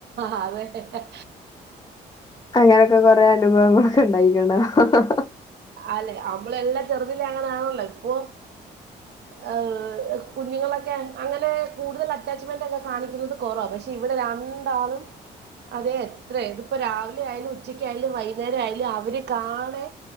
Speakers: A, on the right; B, on the left.
A: ആവേ ആ ഹ
B: അങ്ങനൊക്കെ കൊറെേ അനുഭവങ്ങളൊക്കെ ഉണ്ടായിക്കണ അഹ് ഹ
A: അല്ലെ നമ്മള എല്ലാം ചെറുതില്ല അങ്ങനൊണല്ലോ ഇപ്പൊ ഹ് കുഞ്ഞുങ്ങളൊക്കെ അങ്ങനെ കൂടുതൽ അറ്റാച്ച്മെന്റ്ക്കെ കാണിക്കുന്നത് കുറവ പക്ഷെ ഇവിടെ രണ്ടാളും അതെ എത്ര ഇതിപ്പോ രാവിലെ ആയാലും ഉച്ചക്ക്യാലും വൈകുന്നേരം ആയാലും അവര് കാണേ